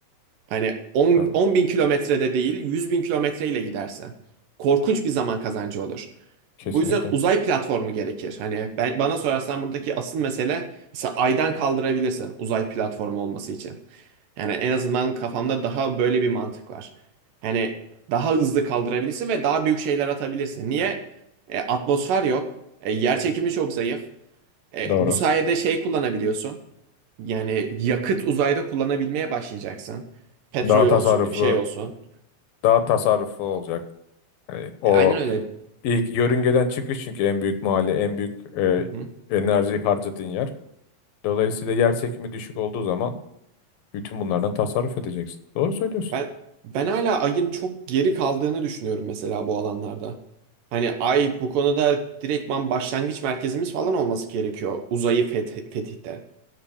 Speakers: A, on the right; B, on the left.
A: Hani 10,
B: Doğru.
A: 10 bin kilometrede değil 100 bin kilometreyle gidersen. Korkunç bir zaman kazancı olur.
B: Kesinlikle.
A: Bu yüzden uzay platformu gerekir. Hani ben, bana sorarsan buradaki asıl mesele mesela aydan kaldırabilirsin uzay platformu olması için. Yani en azından kafamda daha böyle bir mantık var. Hani daha hızlı kaldırabilirsin ve daha büyük şeyler atabilirsin. Niye? E, atmosfer yok. E, yer çekimi çok zayıf. E,
B: Doğru.
A: bu sayede şey kullanabiliyorsun. Yani yakıt uzayda kullanabilmeye başlayacaksın. Petrol
B: Daha
A: olsun,
B: tasarruflu,
A: şey olsun.
B: daha tasarruflu olacak. Yani o
A: E, aynen öyle.
B: ilk yörüngeden çıkış çünkü en büyük mali, en büyük e,
A: Hı hı.
B: enerji harcadığın yer. Dolayısıyla yer çekimi düşük olduğu zaman bütün bunlardan tasarruf edeceksin. Doğru söylüyorsun.
A: Ben ben hala Ay'ın çok geri kaldığını düşünüyorum mesela bu alanlarda. Hani Ay bu konuda direktman başlangıç merkezimiz falan olması gerekiyor uzayı feth fetihte.